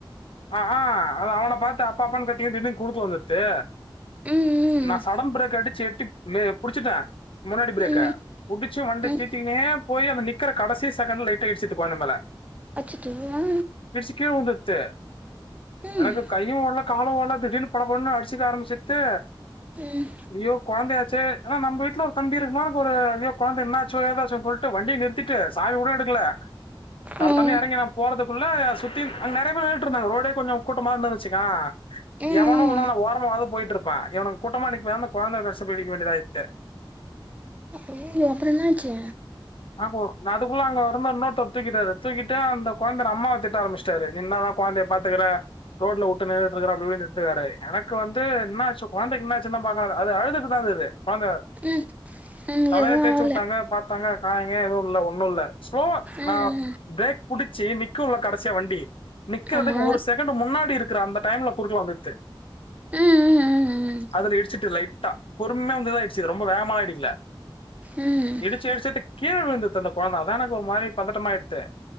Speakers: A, on the left; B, on the right.
A: அஹா அது அவன பாத்து அப்பா அப்பான்னு கத்தீங்க திடீர்னு குருக்குல வந்துருச்சு
B: ம்
A: நா
B: ம்
A: சடன் பிரேக் ஆடிச்சி எட்டி மே புடிச்சுட்டே முன்னாடி பிரேக்க
B: ம்
A: புடிச்சு வண்டி
B: ம்
A: தீத்திக்கின்னே போயி அந்த நிக்கிற கடைசி செகண்ட் லைட்ட இடிச்சுக்கு <unintelligible>
B: அச்சச்சோ ஆ
A: பெருசு கீழ உந்துத்து
B: ம்
A: எனக்கு கையு ஓடல காலு ஓடல திடீர்னு பட படனு அடிச்சிக்க ஆரமிச்சிட்டு
B: ம்
A: ஐயோ கொழந்தையாச்சே ஏன்னா நம்ம வீட்ல ஒரு தம்பி இருக்குன எனக்கு ஒரு ஐய கொழந்த என்ன ஆச்சோ ஏதாச்சோ சொல்ட் வண்டி நிறுத்திட்டு சாவி கூடோ எடுக்கல தட
B: ம்
A: தடன்னு நா எறங்கி நா போறக்குள்ள சுத்தி அங்க நெறைய பேர் <unintelligible> ரோடே கொஞ்ச கூட்டமாதா இருந்துச்சு வெச்சுக்கவே
B: ம்
A: எவனு இல்லனா நா ஓரமாவது போயிட்டு இருப்பா இவனு கூட்டமா நிக்கவு அந்த கொழந்த கஷ்டப்பட்டு நிக்கவேன்டியதாய்ட்டு
B: ஐய்யய்யோ அப்றோ என்னாச்சு
A: <inaudible> ஆஹு நா அதுக்குள்ள அங்க இருந்த ஒரு அண்ண தூக்கிட்டாரு தூக்கிட்டு அந்த கொழந்தையோட அம்மா திட்ட ஆரம்பச்சிட்டுடாறு கொழந்தைய பாத்துக்கிற ரோட்ல விட்டு நின்றுட்டு இருக்காரு அப்படின் இன்னுட்டு இருக்காரு எனக்கு வந்து என்னச்சு கொழந்தைக்கு என்னாச்சுனா பாக்கிறு அது அழுதுட்டு தா இருக்குது கொழந்த
B: ம் ம்
A: தலையை
B: எதுவும்
A: தேச்சு
B: ஆகல
A: விட்டாங்க பாத் பாத்தாங்க காயங் கீயோ எதுவு இல்ல ஒண்ணு இல்ல ஸ்லோவா
B: ம்
A: நா பிரேக் புடிச்சி நிக்கு இல்ல கடைசியா வண்டி நிக்கிறதுக்கு
B: ஆமாம்
A: ஒரு செகண்ட் முன்னாடி இருக்குகிற அந்த டைம்ல குறுக்குல வந்துட்டு
B: ம் ம் ம்
A: அதுல இடுடிச்சிசு லைட்டா பொறுமையா வந்து இடிச்சிது ரொம்ப வேகமால இடிக்கல
B: ம் ம்
A: சேரி சேரி இடிச்ச கீழே விழுந்தது அந்த குஒழந்த அதா எனக்கு ஒரு மாரி பதட்டமாயிடுத்து